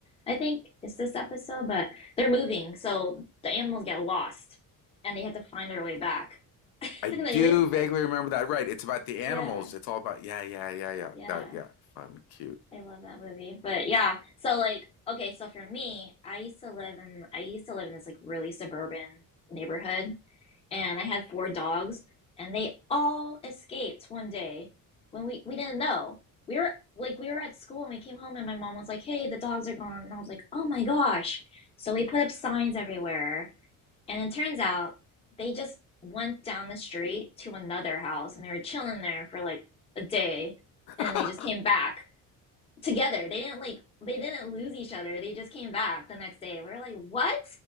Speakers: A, on the left (about 15°); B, on the left (about 85°).
A: I think it's this episode, but they're moving, so the animals get lost and they have to find their way back. <laughs>
B: I
A: and
B: do
A: they always
B: vaguely remember that. Right. It's about the
A: yeah,
B: animals. It's all about yeah, yeah, yeah, yeah.
A: yeah.
B: That yeah, fun, cute.
A: I love that movie. But yeah, so like okay, so for me, I used to live in I used to live in this like really suburban neighborhood and I had four dogs, and they all escaped one day when we we didn't know. We were like we were at school and we came home and my mom was like, "Hey, the dogs are gone," and I was like, "Oh my gosh!" So we put up signs everywhere, and it turns out they just went down the street to another house and they were chilling there for like a day,
B: <laughs>
A: and then they just came back together. They didn't like they didn't lose each other. They just came back the next day. We were like, "What?"